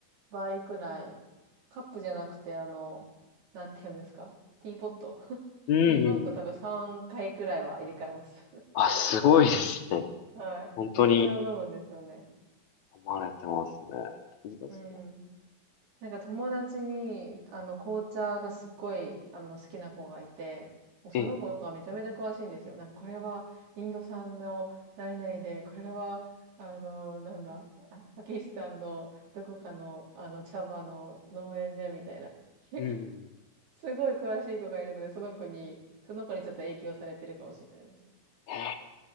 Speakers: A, on the right; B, on the left.
A: 倍くらい、カップじゃなくてあの、なんていうんですかティーポット <laughs>
B: うん。
A: ティーポット多分3回くらいは入れ替えます
B: あ、すごいですね。
A: はい。
B: 本当に
A: めっちゃ飲むんですよね。
B: 飲まれてますね。いいですね。
A: うん。なんか友達に、あの、紅茶がすっごい、あの、好きな子がいて、もうその子がめちゃめちゃ詳しいんですよ。
B: ええ、
A: なんかこれはインド産の何々で、これは、あの、なんだ、あパキスタンのどこかの、あの、茶葉の農園で、みたいな。なんか、
B: うん。
A: すごい詳しい子がいるので、その子に、その子にちょっと影響されてるかもしれないです。
B: へえ